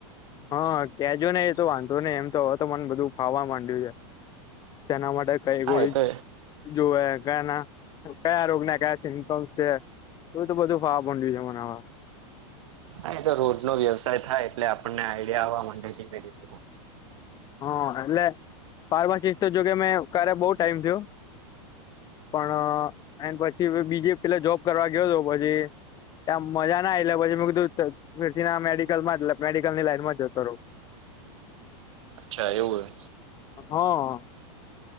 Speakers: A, on the left (about 25°); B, on the right (about 65°).
A: હા કેજો ને એ તો વાંધો નહી એમ તો હવે તો મને બધું ફાવા માંડ્યું છે જેના માટે કઈ
B: હા
A: ગોળી
B: એ તો
A: જોવે ક ના કયા રોગ ના કયા સિમ્ટમ્સ છે એ તો બધું ફાવા મડ્યું છે હવે મને
B: હા તો રોજ નો વ્યવસાય થાય એટલે આપણને આઈડિયા આવવા માંડે કે કઈ રીત નુ
A: હા એટલે ફાર્માસિસ્ટ જો કે મેં ક્યારે બઉ ટાઈમ થયો. પણ એ પછી બીજે પેલા જોબ કરવા ગયો હતો પછી. ત્યા મજા ના એટલે પછી મે કીધું ફ ના મેડિકલ માં મેડિકલ ની લાઈનમાં જતો રહવ
B: અચ્છા એવું હોય.
A: હ અ